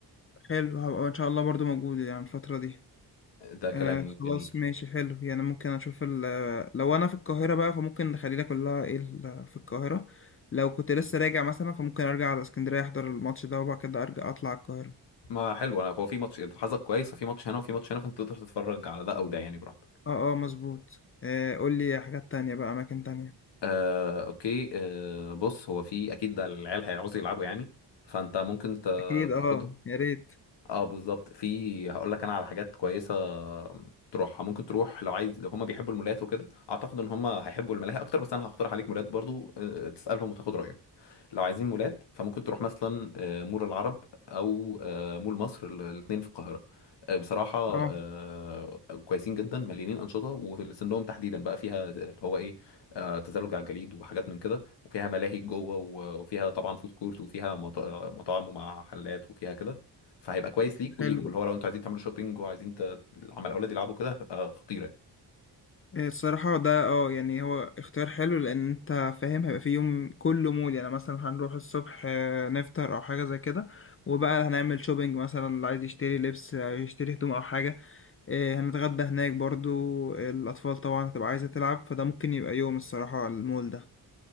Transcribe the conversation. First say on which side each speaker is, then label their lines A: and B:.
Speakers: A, on the left; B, on the left.
A: حلو هبقى إن شاء الله برضو موجود يعني الفترة دي
B: ده كلام
A: آه خلاص
B: جميل
A: ماشي حلو يعني ممكن أشوف ال آه، لو أنا في القاهرة بقى فممكن نخلينا كلها إيه ال- في القاهرة لو كنت لسه
B: إيه؟
A: راجع مثلا فممكن أرجع على اسكندرية أحضر الماتش ده وبعد كده أرجع أطلع على القاهرة
B: ما حلو أنا هو في ماتش حظك كويس ففي ماتش هنا وفي ماتش هنا فأنت تقدر تتفرج على ده أو ده يعني براحتك
A: اه اه مظبوط آه قول لي حاجات تانية بقى أماكن تانية
B: آه أوكي آه بص هو في أكيد ده العيال هيعوزوا يلعبوا يعني فأنت ممكن ت-
A: أكيد اه
B: تاخدهم
A: يا ريت
B: اه بالظبط في هقول لك انا على حاجات كويسه تروحها ممكن تروح لو عايز لو هما بيحبوا المولات وكده اعتقد ان هما هيحبوا الملاهي اكتر بس انا هقترح عليك مولات برضو آه، تسالهم وتاخد رايهم لو عايزين مولات فممكن تروح مثلا آه، مول العرب او آه، مول مصر ال- الاثنين في القاهره آه، بصراحه
A: اه
B: آه، كويسين جدا مليانين انشطه وسنهم تحديدا بقى فيها اللي هو ايه آه، تزلج على الجليد وحاجات من كده وفيها ملاهي جوه و- وفيها طبعا فود كورت وفيها مط- آه، مطاعم ومع حلات وفيها كده فهيبقى كويس ليك
A: حلو
B: وليهم اللي هو لو انتوا عايزين تعملوا شوبينج وعايزين ت... عمال الاولاد يلعبوا كده هتبقى خطيره
A: إيه الصراحة ده اه يعني هو اختيار حلو لأن أنت فاهم هيبقى في يوم كله مول يعني مثلا هنروح الصبح آه، نفطر أو حاجة زي كده وبقى هنعمل شوبينج مثلا اللي عايز يشتري لبس أو يشتري هدوم أو حاجة إيه هنتغدى هناك برضو الأطفال طبعا هتبقى عايزة تلعب فده ممكن يبقى يوم الصراحة المول ده